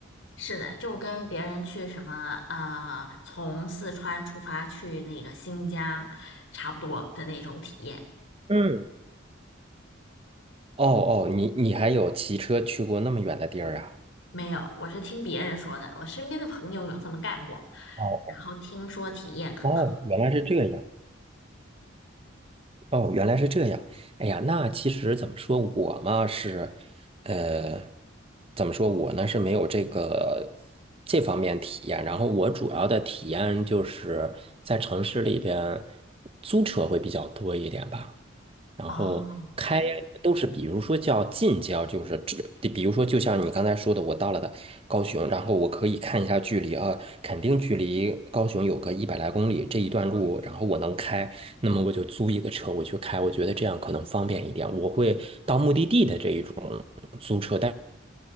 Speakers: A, on the left (about 70°); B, on the right (about 25°).
A: 是的，就跟别人去什么呃，从四川出发去那个新疆，差不多的那种体验。
B: 嗯，哦哦，你你还有骑车去过那么远的地儿啊？
A: 没有，我是听别人说的，我身边的朋友有这么干过，
B: 哦
A: 然后听说体验很好。
B: 哦，原来是这样。哦，原来是这样。哎呀，那其实怎么说，我嘛是，呃，怎么说，我呢是没有这个这方面体验。然后我主要的体验就是在城市里边租车会比较多一点吧。然后开呀都是，
A: 哦，
B: 比如说叫近郊，就是这，比如说就像你刚才说的，我到了的高雄，然后我可以看一下距离啊，肯定距离高雄有个一百来公里这一段路，然后我能开，那么我就租一个车我去开，我觉得这样可能方便一点，我会到目的地的这一种租车。